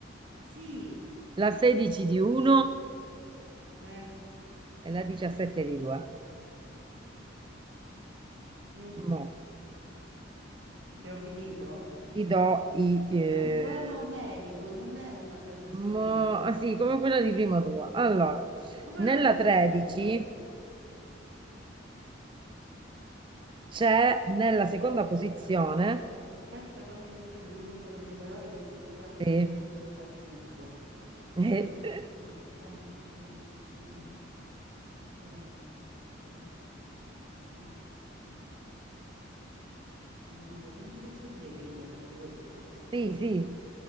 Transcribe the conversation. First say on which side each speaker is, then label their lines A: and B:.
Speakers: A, on the right (about 70°); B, on the right (about 25°).
A: Sì.
B: la 16 di 1
A: Eh.
B: e la 17 di 2.
A: mm.
B: Mo,
A: Abbiamo finito?
B: ti do i... eh,
A: È un poema omerico, non è una canzone.
B: mo, ah, sì, come quella di prima tua. Allora,
A: Ma quello
B: nella
A: non
B: 13...
A: ti dico.
B: C'è nella
A: Aspetta,
B: seconda posizione.
A: aspetta, fammi mettere il numero e le parole che sono troppe,
B: Sì,
A: se no impazzisco.
B: <laughs>
A: 1, 2, 3, 4, 5. 6, 7, 8, 9, ma non ci posso credere che mi hai fatto questo.
B: Eh, sì,